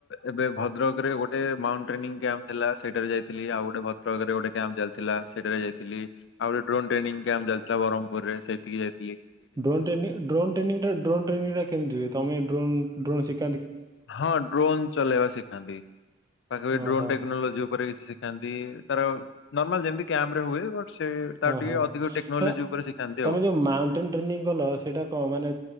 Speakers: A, on the left; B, on the right.
A: ଏବେ ଭଦ୍ରକରେ ଗୋଟେ ମାଉଣ୍ଟ ଟ୍ରେନିଂ କ୍ୟାମ୍ପ ଥିଲା ସେଇଟାରେ ଯାଇଥିଲି ଆଉ ଗୋଟେ ଭଦ୍ରକରେ ଗୋଟେ କ୍ୟାମ୍ପ ଚାଲିଥିଲା ସେଠାରେ ଯାଇଥିଲ ଆଉ ଗୋଟେଡ୍ରୋନ ଟ୍ରେନିଂ କ୍ୟାମ୍ପ ଚାଲିଥିଲା ବହ୍ମପୁରରେ ସେଟିକି ଯାଇ
B: ଡ୍ରୋନ ଟ୍ରେନିଂ ଡ୍ରୋନ ଟ୍ରେନିଂଟା ଡ୍ରୋନଚ୍ରେନିଂ ଟା କେମିତି ହୁଏ ତମେ ଡ୍ରୋନ୍‌ଡ୍ରୋନ ଶିଖ
A: ହଁ ଡ୍ରୋନ୍ ଚଲେଇବା ଶିଖାନ୍ତି ପାଖାପାଖି
B: ଓହୋ
A: ଡ୍ରୋନ ଟେକ୍ନୋଲୋଜି ଉପରେ କିଛି ଶିଖ ଖାନ୍ତି ତାର ନର୍ମାଲ ଯେମିତି କାମ୍ପ୍ରେ ହୁଏ। ବଟ୍ ସେ ତାର
B: ହଁ
A: ଟିକେ
B: ହଁ
A: ଅଧିକ ଟେକ୍ନୋଲୋଜି
B: ନା
A: ଉପରେ ଶିଖାନ୍ତି
B: ତମେ
A: ଆଉ।
B: ଯୋଉ ମାଉଣ୍ଟେନ ଟ୍ରେନିଂ କଲ ସେଇଟା କଣ ମାନେ